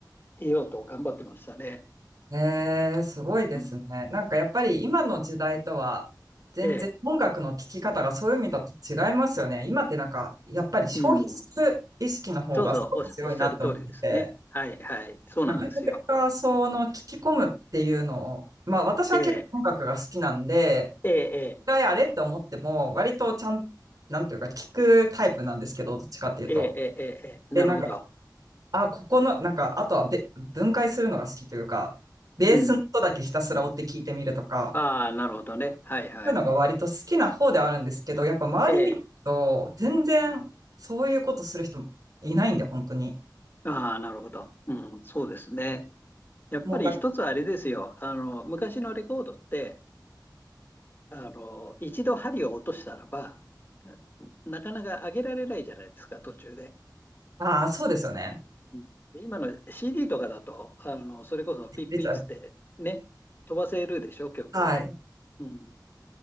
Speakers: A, on the left; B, on the right.
A: 得ようと頑張ってましたね。
B: えーすごいですね。
A: うん
B: なんかやっぱり今の時代とは全然音楽の聴き方がそういう意味だと違いますよね。
A: ええ、
B: 今ってなんかやっぱり消費する意識の方がすごく強いなと思ってて、
A: うん。そうそう、おっしおっしゃる通りですね。はいはい。そうなんですよ。
B: なかなかその聞き込むっていうのを、まあ私は結構音楽が好きなんで、
A: ええ、ええ、
B: 一回あれって思っても割とちゃん、なんていうか聞くタイプなんですけど、どっちかっていうと。
A: ええ、ええ、ええ、ええなるほど。
B: で、なんかあ、ここの、なんか、あとはべ分解するのが好きというか、ベースの音だけひたすら追って聞いてみるとか、
A: うん。ああ、なるほどね。はいはい。
B: そういうのが割と好きな方であるんですけど、やっぱ周り見ると、
A: ええ、
B: 全然そういうことする人いないんで、本当に。
A: ああ、なるほど。うん、そうですね。やっぱり一つあれですよ。
B: もうだ、
A: あの、昔のレコードって、あの、一度針を落としたらば、ななかなか上げられないじゃないですか、途中で。
B: ああ、そうですよね。
A: うんで今の CD とかだと、あの、それこそピッピッつってね、
B: 出ちゃう
A: 飛ばせるでしょ、曲が。
B: はい、
A: うん。